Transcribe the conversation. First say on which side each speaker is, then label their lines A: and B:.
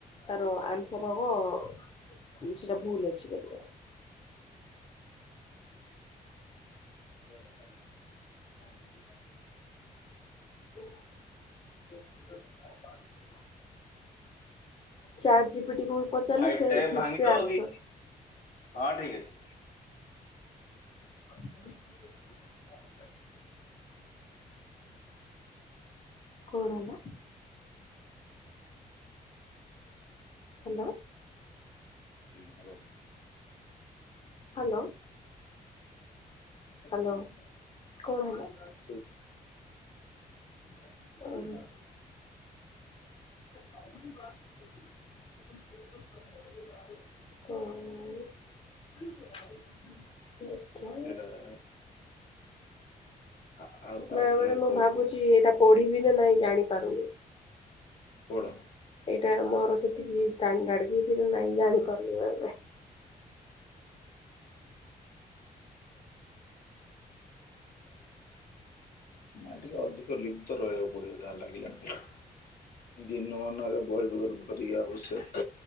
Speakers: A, on the left; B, on the left.
A: ତାର ଆନ୍ସର ହବ ସେଟା ଭୁଲ ଅଛି ବୋଲିକା।
B: <inaudible>
A: <inaudible> ଚାଟ୍ ଜିପିଟିକୁ ପଚାରିଲେ
B: ଭାଇ
A: ସେ
B: ଟେପ୍
A: ବି ଠିକ
B: ଭାଙ୍ଗିଦବ
A: ସେ ଆନ୍ସର
B: କି? ହଁ ଠିକ୍ ଅଛି।
A: <inaudible> କୋରୋନା ହାଲୋ
B: ହୁଁ ହ୍ୟାଲୋ
A: ହ୍ୟାଲୋ। ହ୍ୟାଲୋ କଣ ହେଲା?
B: ଶୁଭୁଛି
A: <unintelligible> <unintelligible> <unintelligible> ଦେଖିବା।
B: <unintelligible> ଆ- ଆଉ
A: ବେଳେବେଳେ
B: ଆଉ ଥରେ
A: ମୁଁ
B: କଲ୍
A: ଭାବୁଛି ଏଇଟା ପଢିବି ନା ନାଇଁ ଜାଣିପାରୁନି।
B: କୋଉଟା?
A: ଏଇଟା ମୋର ସେତିକି ଷ୍ଟାଣ୍ଡାର୍ଡ <unintelligible> ନାଇଁ ଜାଣି ପାରୁନୁ ଆମେ।
B: ନାଇଁ ଟିକେ ଅଧିକ ଲିପ୍ତ ରହିବାକୁ ପଡିବ ଯାହା ଲାଗିଲାଣି। ଦିନମାନ ଆଗେ ବହି ପକ ଧରିି ଅବଶ୍ୟ।